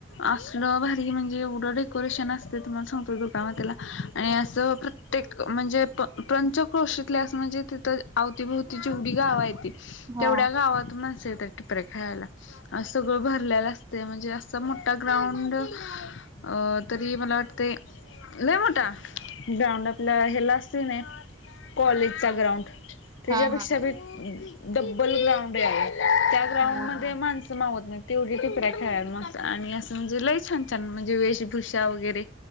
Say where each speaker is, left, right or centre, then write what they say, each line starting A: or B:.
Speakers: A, on the left; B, on the right.
A: असलं भारी म्हणजे एढं डेकोरेशन असते तुम्हाला सांगतो दुका म त्याला आणि जपत ते म्हणजे प पंचक्रोशीतले असं म्हणजे तिथं अवतीभोवती जेवढी गावं आहे त
B: हा
A: तेवढ्या गावात मणसेत टिपरे खेळायला सगळं भरलेलं असते म्हणजे असा मोठा ग्राउंड अ तरी मला वाटते नाही मोठा ग्राउंड आपल्या हे ला असतील ना कॉलेजचा ग्राउंड त्याच्यापेक्षाी
B: हा हा
A: डब्बल ग्राउंड आहे त्या ग्राउंड
B: हा हा
A: मध्ये माणसं मावत नाही तेवढी टेपऱ्या खाल मस्त आणि अस म्हणजे लय छान छान म्हणजे वेशभूषा वगैरे